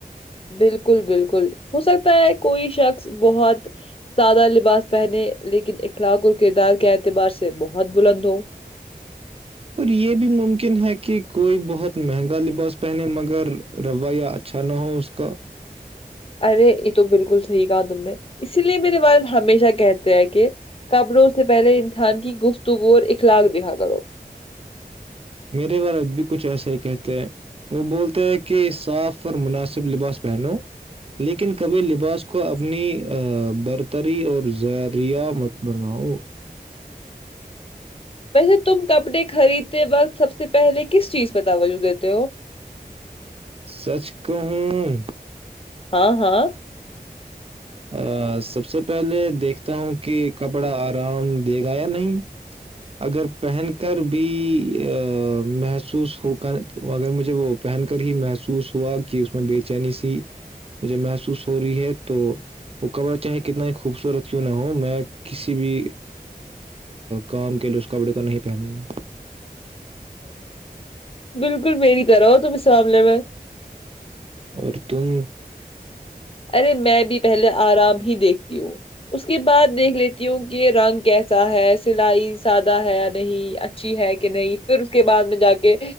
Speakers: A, on the left (about 35°); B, on the right (about 35°).
A: بالکل بالکل ہو سکتا ہے کوئی شخص بہت سادہ لباس پہنے لیکن اخلاق اور کردار کے اعتبار سے بہت بلند ہو
B: اور یہ بھی ممکن ہے کہ کوئی بہت مہنگا لباس پہنے مگر <unintelligible> رویہ اچھا نہ ہو اس کا
A: ارے یہ تو بالکل صحیح کہا تم نے اسی لیے میرے والد ہمیشہ کہتے ہیں کہ کپڑوں سے پہلے انسان کی گفتگو اور اخلاق دیکھا کرو
B: میرے والد بھی کچھ ایسا ہی کہتے ہیں وہ بولتے ہیں کہ صاف اور مناسب لباس پہنوں لیکن کبھی لباس کو اپنی برتری اور ذریعہ مت بناؤ
A: ویسے تم کپڑے خریدتے وقت سب سے پہلے کس چیز پہ توجہ دیتے ہو
B: سچ کہوں
A: ہاں ہاں
B: آ سب سے پہلے دیکھتا ہوں کہ کپڑا آرام دے گا یا نہیں اگر پہن کر بھی محسوس ہو کر اگر مجھے وہ پہن کر ہی محسوس ہوا کہ اس میں بے چینی سی مجھے محسوس ہو رہی ہے تو وہ کپڑا چاہے کتنا ہی خوبصورت کیوں نہ ہو میں کسی بھی کام کے لے اس کپڑے کو نہیں پہنوں گا
A: بالکل میری طرح ہو تم اس معاملہ میں
B: اور تم
A: ارے میں بھی پہلے آرام ہی دیکھتی ہوں اس کے بعد دیکھ لیتی ہوں کہ رنگ کیسا ہے سلائی سادہ ہے یا نہیں اچھا اچھی ہے کہ نہیں پھر اس کے بعد میں جا کے